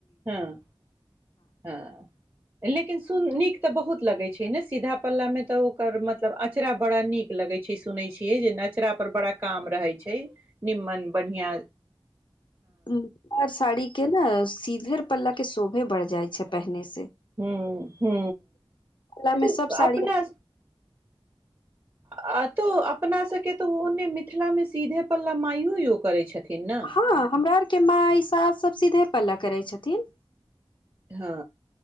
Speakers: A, on the right; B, on the left.
A: हँ हँ लेकिन नीक तऽ बहुत लगय छैक ने सीधा पल्ला मे ते ओकर मतलब अचरा बड़ा नीक। लगै छैक सुनय छियैक जेना कचड़ पर बड़ा काम रहै छै <unintelligible> निम्मन बढ़िआँ
B: मिथिला साड़ी केँ न सीधे पल्ला केँ शोभे बढ़ जाय छै पहने से।
A: हू हू
B: पल्ला
A: ई
B: मे
A: तऽ
B: सब साड़ी
A: अपना आ तो अपना सभकेँ तऽ ओने मिथिलामे सीधे पल्ला माइयो सभ करैत छथिन। ने
B: हँ हमरा आरकेँ के माई सास सब सीधे पल्ला करैत छथिन
A: हँ